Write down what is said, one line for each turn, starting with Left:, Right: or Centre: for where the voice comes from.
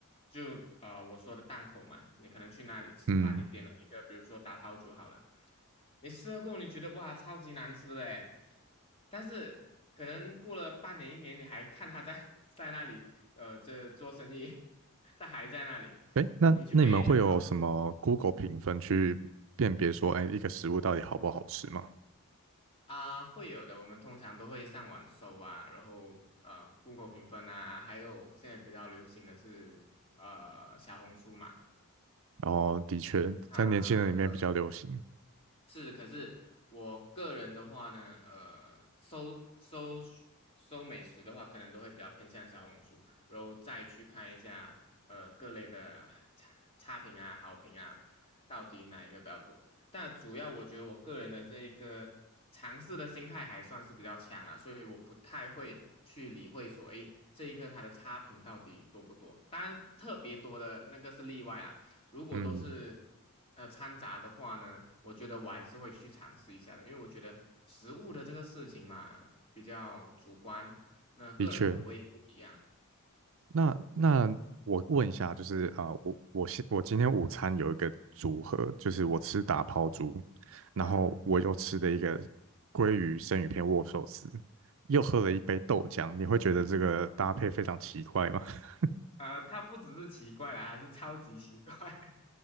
Left: 就啊我说的档口嘛，你可能去那里吃饭，
Right: 嗯，
Left: 你点了一个，比如说打抛猪好了，你吃了过后你觉得哇超级难吃的诶，但是可能过了半年一年，你还看它在 <laughs> 在那里。呃，这做生意，<laughs> 他还在那里，
Right: 哎，那那你们会有什么
Left: 你就会很好
Right: Google 评分去辨别说，哎，一个食物到底好不好吃吗？
Left: 啊，会有的。我们通常都会上网搜啊，然后呃，Google 评分啊，还有现在比较流行的是呃小红书嘛，
Right: 然后的确在年轻人里面比较流行。
Left: 啊，对。是，可是我个人的话呢，呃，搜搜搜美食的话，可能都会比较偏向小红书，然后再去看一下呃各类的差差评啊、好评啊，到底哪一个比较多。但主要我觉得我个人的这一个尝试的心态还算是比较强啦，所以我不太会去理会说，诶，这一个它的差评到底多不多。当然，特别多的那个是例外啦。如果都是呃掺杂的话呢，
Right: 嗯，
Left: 我觉得我还是会去尝试一下的，因为我觉得食物的这个事情嘛比较主观，那个人口味也不一样。
Right: 的确。那那我问一下，就是啊、呃我我现我今天午餐有一个组合，就是我吃打抛猪，然后我又吃的一个
Left: 对，
Right: 鲑鱼生鱼片握寿司，又喝了一杯豆浆。你会觉得这个搭配非常奇怪吗？<laughs>
Left: 呃，它不只是奇怪啦，还是超级奇怪。<laughs>